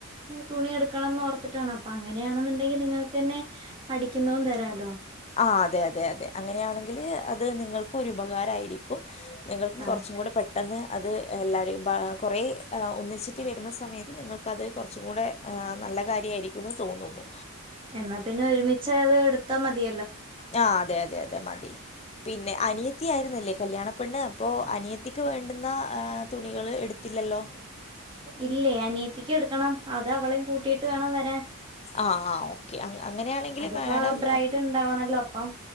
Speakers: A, on the right (about 25°); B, on the left (about 30°).
A: തുണി എടുക്കണന്ന് ഓർത്തിട്ടാണ് അപ്പൊ അങ്ങനെയാണെന്നുണ്ടെങ്കിൽ നിങ്ങൾക്ക് തന്നെ അടിക്കുന്നതും തരാല്ലോ.
B: ആ അതെ അതെ അതെ അങ്ങനെയാണെങ്കിൽ അത് നിങ്ങൾക്ക് ഒരുഉപകാരായിരിക്കും നിങ്ങൾക്ക്
A: ആഹ്
B: കുറചുക്കൂടെ പ പെട്ടെന്ന് അത് എല്ലാരും കുറേ ഒന്നിച്ചിട്ട് വരുന്ന സമയത്ത് നിങ്ങൾക്കത് കുറച്ചു കൂടെ നല്ല കാര്യമായിരിക്കുമെന്ന് തോന്നുന്നു.
A: എന്നാ പിന്നെ ഒരുമിച്ച അത് എടുത്താ മതി
B: ആ അതെ അതെ അതെ മതി പിന്നെ അനിയത്തി ആയിരുന്നല്ലേ കല്യാണ പെണ്ണ് അപ്പൊ അനിയത്തിക്ക് വേണ്ടുന്ന തുണികള് എടുത്തില്ലല്ലോ
A: ഇല്ലേ അനീത്തിക്ക് എടുക്കണം അത് അവളയും കൂട്ടിട്ട് വേണം വരാൻ
B: ആ ആ ഓകെ അങ്ങനെയാണെങ്കിൽ
A: അതിപ്പോ
B: മാഡം
A: ബ്രൈഡ് ഉണ്ടാവണല്ലോ അപ്പം